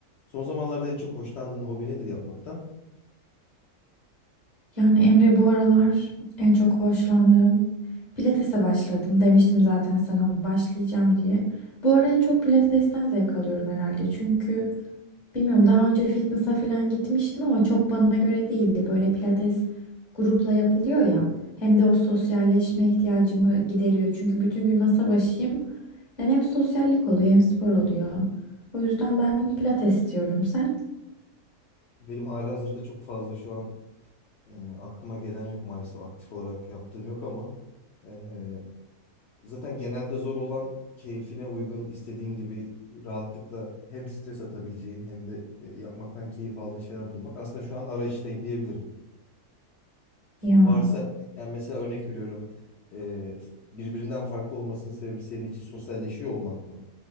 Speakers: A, on the left; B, on the left.
A: Son zamanlarda en çok hoşlandığın hobi nedir yapmaktan?
B: Yani Emre bu aralar en çok hoşlandığım pilatese başladım. Demiştim zaten sana başlayacağım diye. Bu ara en çok pilatesten zevk alıyorum herhalde. Çünkü bilmiyorum daha önce fitness'a falan gitmiştim ama çok bana göre değildi. Böyle pilates grupla yapılıyor ya. Hem de o sosyalleşme ihtiyacımı gideriyor. Çünkü bütün gün masa başıyım. Yani hem sosyallik oluyor hem spor oluyor. O yüzden ben pilates diyorum sen.
A: Benim halihazırda çok fazla şu an e, aklıma gelen yok maalesef aktif olarak yaptığım yok ama e, zaten genelde zor olan keyfine uygun istediğin gibi rahatlıkla hem stres atabileceğin hem de e, yapmaktan keyif aldığın şeyler bulmak. Aslında şu an arayıştayım diyebilirim.
B: Ya.
A: Varsa yani mesela örnek veriyorum e, birbirinden farklı olmasının sebebi senin için sosyalleşiyor olmak mı?